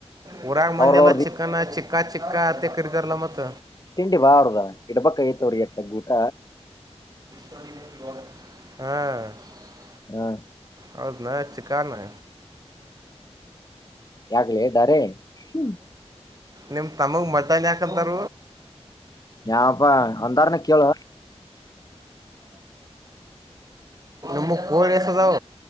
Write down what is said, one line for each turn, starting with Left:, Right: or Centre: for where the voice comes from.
Right: ವೂರಾಗ ಮಂದಿರ
Left: ಅವ್ರದ ಅವ್ರದ
Right: ಮ ಚ ಚಿಕ್ಕ ಚಿಕ್ಕತ್ತ ಕತಾರಲ್ಲ ಮತ್ತ
Left: ತಿಂಡಿ ಬಾ ಅವಡದ ಇಡಬೇಕ ಎತ್ರ ಊಟ
Right: ಹ್ಮ್
Left: ಹಾ
Right: ಹೌದ್ ನ ಚಿಕನು
Left: ಯಾಗಲೇ ಇದ್ದಾರೆ ಹ್ಮ
Right: ನಿಮ್ಮ ತಮಗೆ ಮಟನ್ ಯಾಕಂತಾರ
Left: ಯಾವಪಾ ಅಂದಾರನ ಕೇಳುವ
Right: ಮ್ಮ ಕೋಳಿ ಎಸದಾವ